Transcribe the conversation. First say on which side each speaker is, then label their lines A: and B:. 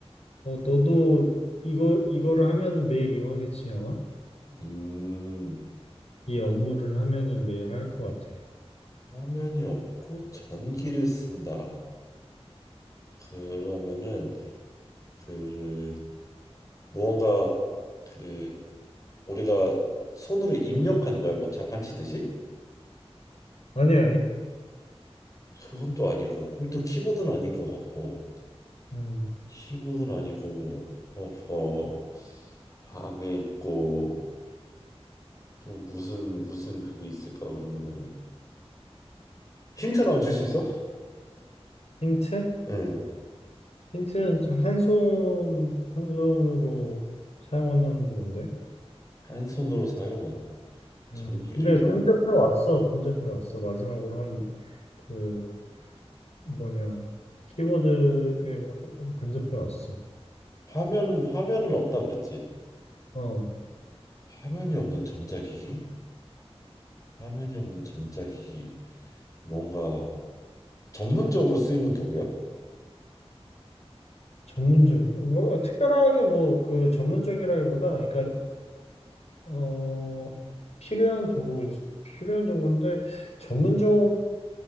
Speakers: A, on the left; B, on the left.
A: 어, 너도 이거, 이거를 하면은 매일 이용하겠지, 아마?
B: 음,
A: 이 업무를 하면은 매일 할 것 같아.
B: 화면이 없고 전기를 쓴다. 그러면은 그 무언가 그 우리가 손으로 입력하는 거야 뭐 자판치듯이
A: 아니, 아니.
B: 그건 또 아니고 그럼 또 키보드는 아닌 것 같고
A: 음,
B: 키보드는 아니고 어허 방에 있고 또 무슨 무슨 그게 있을까 그러면은 힌트 나만 줄 수 있어?
A: 힌트?
B: 응.
A: 힌트는 한 손, 한 손으로 사용하는 건데.
B: 한 손으로 사용 전기를
A: 음. 근데
B: 이용
A: 근접해 왔어. 근접해 왔어. 마지막으로 한 그 뭐냐 키보드에 어, 어, 근접해 왔어.
B: 화면 화면은 없다 그랬지
A: 어.
B: 화면이 없는 전자기기 화면이 없는 전자기기 뭔가 전문적으로 쓰이는 도구야?
A: 전문적이 뭐 특별하게 뭐 그 전문적이라기보다 그러니까 어 필요한 도구 필요한 도구인데 전문적일